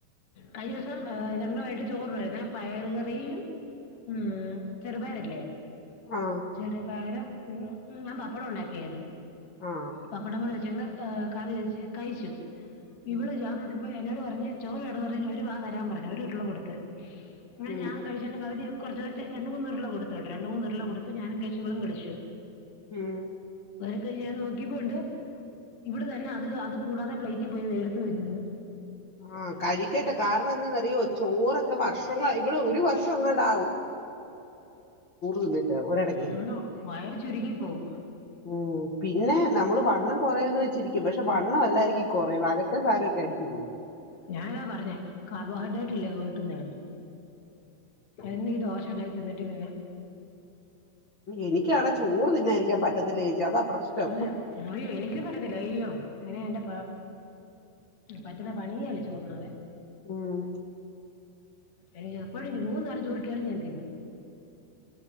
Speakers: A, on the left; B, on the left.
A: കയിഅസ ഞങ്ങളമായിട്ട് ചോറിഉണ്ണേന്നെ പയറ്ക്കറിയും മ്മ് ചെറുപയറല്ലേ.
B: ആ
A: ചെറുപയറ് ഉം ഞാ പപ്പടം ഒണ്ടാക്കിയയത്.
B: ആ
A: പപ്പടങ്ങൾ <unintelligible> ആ കറി വച്ച് കഴിച്ചു
B: ഉം
A: ഇവടെ ജാനൊക്കപ്പ. എന്നോട് പറഞ്ഞ് ചോറ് വേണോ പറഞ്ഞ് ഒരു വാ തരാൻ പറഞ്ഞു ഒരുരുള കൊടുത്ത്. അങ്ങന
B: ഉം
A: ഞ കഴിച്ചൻ്റെ പകതി കൊർച്ച്ക്കൊർച്ചായി രണ്ട്മൂന്ന് ഉര്ള കൊടുത്തുകെട്ടൊ രണ്ട്മൂന്ന് ഉരുള കൊടുത്ത് ഞാനും കൈച്ചു ഇവളും കയിച്ചു.
B: ഉം
A: ക്കെ ഞാൻ നോക്കിപ്പോണ്ട് ഇവിടെ തന്നെ അത് അത് കൂടാതെ പ്ലേറ്റി പോയി എടുത്തു തിന്നുന്ന്.
B: ആ കഴിക്കട്ടെ കാരണം എന്താന്ന്റിയോ ചോറൊക്കെ വർഷങ്ങ ഇവൾ ഒരു വർഷം എങ്ങണ്ട്‌ തിന്നിട്ട് ഒരിടയ്ക്ക്
A: അതുകൊണ്ട് വയറി ചുരുങ്ങി പോകും
B: ഉം പിന്നെ നമ്മൾ വണ്ണം കുറയാന്ന് വെച്ചിരിക്കും പക്ഷെ വണ്ണം അല്ലായിരിക്കും കുറയുന്നത് അകത്തെ സാധനമൊക്കെ അടിച്ചു പോകും
A: ഞാനത പറഞ്ഞെ കാർബൊ ഹൈ <unintelligible> എന്നീ ദോശ ഉണ്ടാക്കി തിന്നിട്ട് പിന്നെ
B: എനിക്കണേ ചോറ് തിന്നതിരിക്കാൻ പറ്റത്തില്ല ചേച്ചി അതാ പ്രശ്നം
A: അതെ അയ്യോ എനിക്കും പറ്റാത്തില്ല അയ്യോ അതെനിക്ക് പറ്റുന്ന പണിയല്ല ചോറുണ്ണാതെ
B: ഉം
A: എനിക്ക് എപ്പോഴും മൂന്നേരം ചോറ്കിട്ടിയാലും ഞാൻ തിന്നും